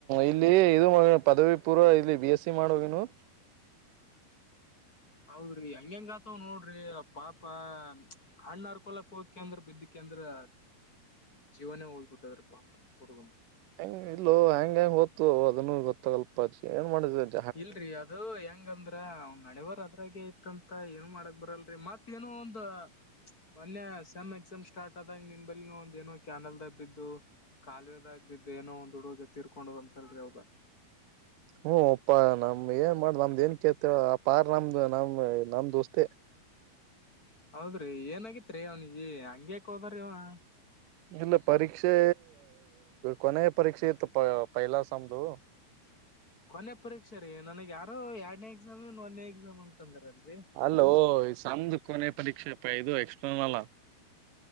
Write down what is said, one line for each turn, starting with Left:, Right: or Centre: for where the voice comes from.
Right: ಇಲ್ಲಿ ಇದು ಪದವಿ ಪೂರ್ವ ಇಲ್ಲಿ ಬಿ ಎಸ್ ಸಿ ಮಾಡುವೋಗನು <inaudible>
Left: <inaudible> ಅವರಿ ಹೆಂಗ ಹೆಂಗ ಆತವ್ ನೋಡ್ರಿ ಪಾಪ ಹಣ್ಣ ಅರ್ಕೊಲಕ್ ಹೋಗಕ ಅಂದ್ರ ಬಿದ್ದಕ ಅಂದ್ರ <inaudible> ಜೀವನೇ ಹೋಗ್ಬಿಟ್ಟದ್ರ ಪಾಪ ಹುಡುಗು ನಂದ <inaudible>
Right: ಹೂ ಈಗಲೂ ಹೆಂಗ ಹೆಂಗ್ ಹೊತ್ತು ಅದನ್ನು ಗೊತ್ತಾ ಆಗಲ್ಲ ಪಾ ಏನ್ ಮಾಡಿದರ ಏನ್ <inaudible>
Left: ಇಲ್ರಿ ಅದ <inaudible> ಅದು ಹೆಂಗಂದ್ರ ಅವನ ಹಣೆ ಬರಹ ಅದ್ರಾಗೆ ಇತ್ಂತ ಏನು ಮಾಡಕ್ ಬರಲ್ರಿ ಮತ್ತೇ ಏನೋ ಒಂದ <inaudible> ಮೊನ್ನೆ ಸೇಮ್ ಎಕ್ಸಾಮ್ ಸ್ಟಾರ್ಟ್ ಆದಾಗ ನಿಮ್ಮ ಬಲ್ಲಿ ಒಂದ ಏನೋ ಕ್ಯಾನಲ್ ದಬ್ಬಿದ್ದು, <inaudible> ಕಾಲುವೆದಾಗ ಬಿದ್ದ ಏನೋ ಒಂದ್ ಹುಡುಗ್ಗ ತಿರ್ಕೊಂಡದ ಅಂತಲ್ರಿ ಅವಾಗ? <inaudible>
Right: ಹೂ ಒಪ್ಪಾ ನಮ್ ಏನ್ ಮಾಡೋದು ನಮ್ದ ಏನ್ ಕೇಳ್ತ ಆ ಪಾರ್ ನಮ್ದು ನಮ್ ನಮ ದೋಸ್ತರ <inaudible>
Left: ಹೌದರಿ ಏನ ಆಗಿತ್ತ ರೀ ಅವನಿಗೆ ಹಂಗ್ಯಾಕ್ ಹೋದರಿ ಅವ <inaudible>
Right: ಏನ್ ಪರೀಕ್ಷೆ ಕೊನೆಯ ಪರೀಕ್ಷೆ ಇತ್ತು ಪೈಲ ಸಮ್ದು? <inaudible>
Left: ಕೊನೆ ಪರೀಕ್ಷೆ ರೀ ನನಗ್ ಯಾರೋ ಎರಡ್ನೇ ಎಕ್ಸಾಮ್ ಇನ್ ಒಂದನೇ ಎಕ್ಸಾಮ್ ಅಂತಂದ್ರಲ್ರರೀ. <inaudible>
Right: ಅಲ್ಲೋ ಈ ಸೆಮ್ದು ಕೊನೆ ಪರೀಕ್ಷೆ ಪಾ ಇದು ಎಕ್ಸ್ಟರ್ನಲ್ಲ. <inaudible>